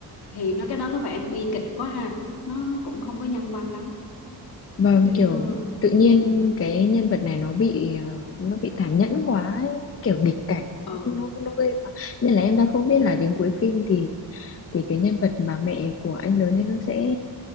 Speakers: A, on the left; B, on the left.
A: thì nó cái đó có vẻ bi kịch quá ha nó nó cũng không có nhân văn lắm
B: vâng
A: như như
B: kiểu tự nhiên
A: ừ
B: cái nhân vật này
A: ừ,
B: nó bị à, nó bị tàn nhẫn quá ấy. kiểu nghịch cảnh nó
A: ừ.
B: nó nó ghê quá nên là em đã không biết là đến cuối phim thì thì cái nhân vật bà mẹ của anh lớn ấy nó sẽ